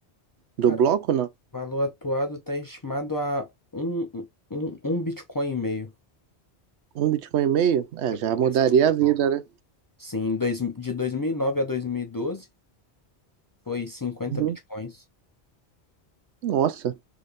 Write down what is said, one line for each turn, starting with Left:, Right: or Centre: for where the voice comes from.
Right: do
Left: Cara,
Right: bloco,
Left: o
Right: não?
Left: valor atuado está estimado a um, um, um Bitcoin e meio.
Right: Um Bitcoin e meio? É,
Left: Recompensa
Right: já mudaria
Left: por
Right: a vida,
Left: bloco.
Right: né?
Left: Sim, dois, de 2009 a 2012 foi cinquenta
Right: Uhum.
Left: Bitcoins.
Right: Nossa,